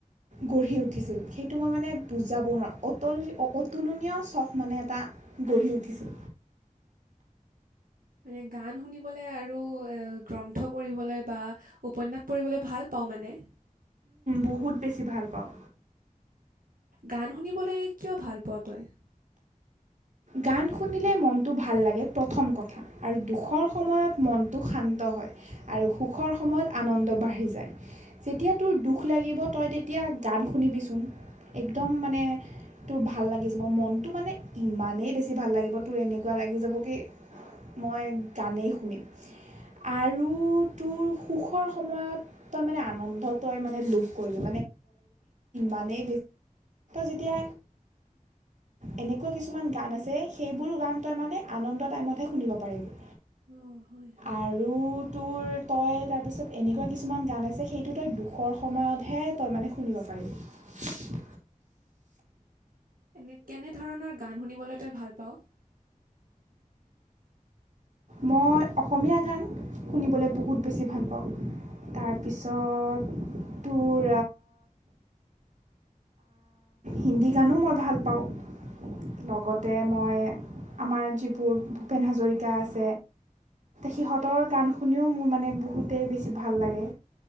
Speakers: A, on the right (about 60°); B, on the right (about 80°).
A: গঢ়ি উঠিছিল সেইটো মই মানে বুজাব নোৱাৰোঁ অতল অতুলনীয় চখ মানে এটা গঢ়ি উঠিছিল
B: মানে গান শুনিবলৈ আৰু গ্ৰন্থ পঢ়িবলৈ বা উপন্যাস পঢ়িবলৈ ভাল পাওঁ মানে
A: বহুত বেছি ভাল পাওঁ
B: গান শুনিবলৈ কিয় ভাল পোৱা তুমি
A: গান শুনিলে মনটো ভাল লাগে প্ৰথম কথা আৰু দুখৰ সময়ত মনটো শান্ত হয় আৰু সুখৰ সময়ত আনন্দ বাঢ়ি যায় যেতিয়া তোৰ দুখ লাগিব তই তেতিয়া গান শুনিবিচোন একদম মানে তোৰ ভাল লাগি যাব মনটো মানে ইমান এই বেছি ভাল লাগিব তোৰ এনেকুৱা লাগি যাব কি মই গানেই শুনিম আৰু তোৰ সুখৰ সময়ত তই মানে আনন্দত তই মানে লোভ কৰিবি মানে যেতিয়া এনেকুৱা কিছুমান গান আছে সেইবোৰ গান তই মানে আনন্দ টাইমতহে শুনিব পাৰিবি
B: অ হয় হয়
A: আৰু তোৰ তই তাৰপিছত এনেকুৱা কিছুমান গান আছে সেইটো তই দুখৰ সময়তহে তই মানে শুনিব পাৰিবি
B: এনে কেনেধৰণৰ গান শুনিবলৈ তই ভাল পাওঁ
A: মই অসমীয়া গান শুনিবলৈ বহুত বেছি ভাল পাওঁ তাৰপিছত তোৰ হিন্দী গানো মই ভাল পাওঁ লগতে মই আমাৰ যিবোৰ ভূপেন হাজৰিকা আছে সিহঁতৰ গান শুনিও মোৰ মানে বহুতেই বেছি ভাল লাগে